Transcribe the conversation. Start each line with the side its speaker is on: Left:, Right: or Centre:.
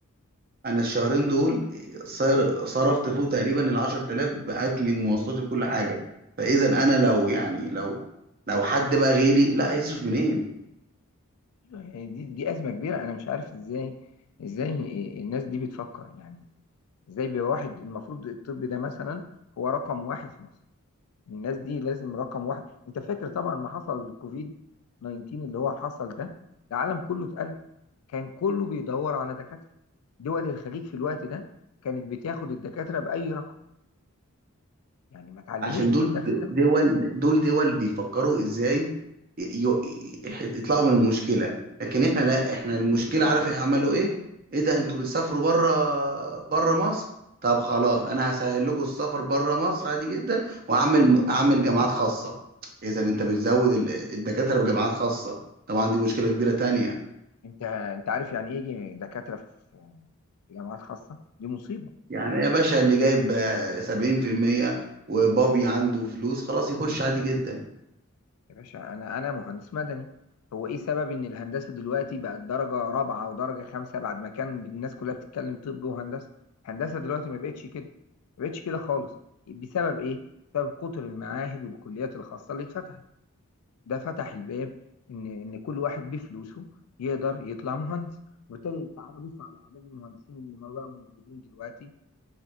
Right: انا الشهرين دول صار صرفت فوق تقريبا ال 10000 باكلي ومواصلاتي وكل حاجه فاذا انا لو يعني لو لو حد بقى غيري لا هيصرف منين
Left: يعني دي دي أزمة كبيرة أنا مش عارف ازاي ازاي الناس دي بتفكر يعني ازاي بواحد المفروض الطب ده مثلا هو رقم واحد في مصر الناس دي لازم رقم واحد انت فاكر طبعا ما حصل الكوفيد 19 اللي هو حصل ده العالم كله اتقلق كان كله بيدور على دكاترة دول الخليج في الوقت ده كانت بتاخد الدكاترة بأي رقم يعني ما تعلموش
Right: عشان
Left: من
Right: دول
Left: الدرس ده
Right: دول دول دول بيفكروا ازاي ي- ي- يطلعوا من المشكله لكن احنا لا احنا المشكله عارف ايه عملوا ايه ايه ده انتوا بتسافروا بره بره مصر طب خلاص انا هسهل لكم السفر بره مصر عادي جدا واعمل اعمل جامعات خاصه اذا انت بتزود ال- الدكاتره بجامعات خاصه طبعا دي مشكله كبيره تانية
Left: انت انت عارف يعني ايه يجي دكاترة في في جامعات خاصة دي مصيبة
Right: يعني يا باشا اللي جايب آه، 70% وبابي عنده فلوس خلاص يخش عادي جدا
Left: يا باشا انا انا مهندس مدني هو ايه سبب ان الهندسه دلوقتي بقت درجه رابعه ودرجه خمسه بعد ما كان الناس كلها بتتكلم طب وهندسه هندسه دلوقتي ما بقتش كده ما بقتش كده خالص بسبب ايه بسبب كتر المعاهد والكليات الخاصه اللي اتفتحت ده فتح الباب ان ان كل واحد بفلوسه يقدر يطلع مهندس وبالتالي تعالى بص على اعداد المهندسين اللي ما بقوا موجودين دلوقتي